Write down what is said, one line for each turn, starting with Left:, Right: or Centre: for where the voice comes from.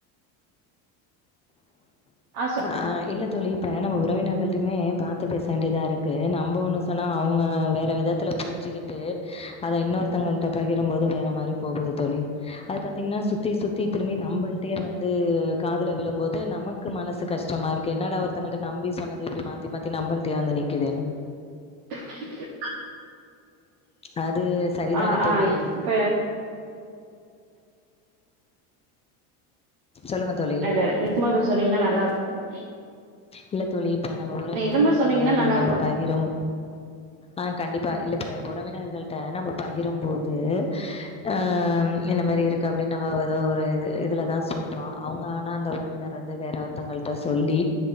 Right: ஆ சொ
Left: ஆஹ் இல்ல தோழி இப்ப நம்ம உறவினர்கள் மட்டுமே பாத்து பேச வேண்டிதா இருக்கு நம்ம ஒன்னு சொன்னா அவுங்க வேற விதத்துல புரிஞ்சிக்கிட்டு அத இன்னொருத்தங்கள்ட பகிரும் போது வேற மாரி போகுது தோழி அது பாத்தீங்கன்னா சுத்தி சுத்தி திரும்பி நம்மள்ட்டயே வந்து காதுல விழும்போது து நமக்கு மனசு கஷ்டமா இருக்கு என்னடா ஒருத்தங்கள்ட நம்பி சொன்னது இப்டி மாத்தி மாத்தி நம்பள்டயே வந்து நிக்கிதேன்னு
Right: <inaudible>
Left: அது சரிதான
Right: ஆ ஆ
Left: தோழி
Right: இப்ப
Left: சொல்லுங்க தோழி
Right: இல்ல <unintelligible> சொன்னீங்கன்னா நல்லா இருக்
Left: இல்ல தோழி இப்ப நம்ம உறவினர்கள்ட
Right: திரும்ப சொன்னீங்கன்னா
Left: எதாது
Right: நல்லா
Left: நம்ம
Right: இருக்கு
Left: பகிரும் ஆஹ் கண்டிப்பா இல்ல இப்ப உறவினர்கள்ட நம்ம பகிரும் போது ஆஹ் இந்த மாரி இருக்கு அப்டின்னு நம்ம ஏதோ ஒரு இது இதுல தா சொல்றோ அவுங்க ஆனா அந்த உறவினர் வந்து வேற ஒருத்தங்கள்கிட்ட சொல்லி